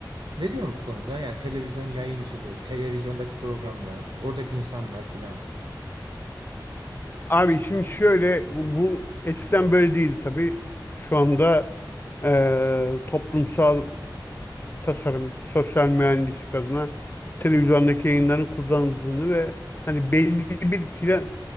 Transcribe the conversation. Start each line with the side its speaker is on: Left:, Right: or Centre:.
Right: Ne diyorsun bu konuda? Yani televizyon yayıncılığı, televizyondaki programlar, oradaki insanlar filan.
Left: Abi şimdi şöyle bu, bu eskiden böyle değildi tabii. Şu anda eee, toplumsal tasarım, sosyal mühendislik adına televizyondaki yayınların kullanıldığını ve hani belli bir plan